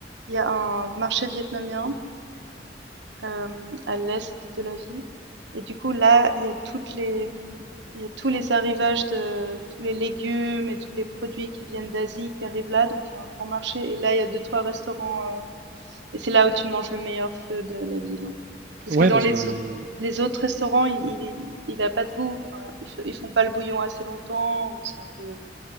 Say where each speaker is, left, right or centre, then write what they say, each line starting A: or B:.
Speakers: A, on the right; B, on the right.
A: il y a un marché vietnamien. euh, à l'est de la ville. Et du coup, là, il y a toutes les, mm, il y a tous les arrivages de tous les légumes et tous les produits qui viennent d'Asie qui arrivent là. Donc, il y a un grand marché. Et là, il y a deux, trois restaurants. euh, et c'est là où tu manges le meilleur feu de la ville. en fait. Parce
B: Ouais,
A: que dans
B: parce
A: les,
B: que le,
A: au-
B: le-
A: les autres restaurants, il, il, il a pas de goût. Enfin, ils, f- ils font pas le bouillon assez longtemps. ou C'est un peu